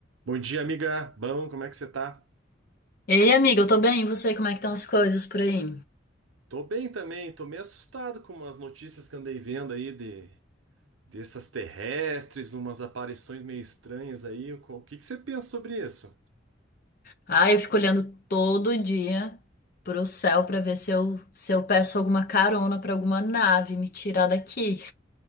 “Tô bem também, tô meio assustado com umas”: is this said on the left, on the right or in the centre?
Right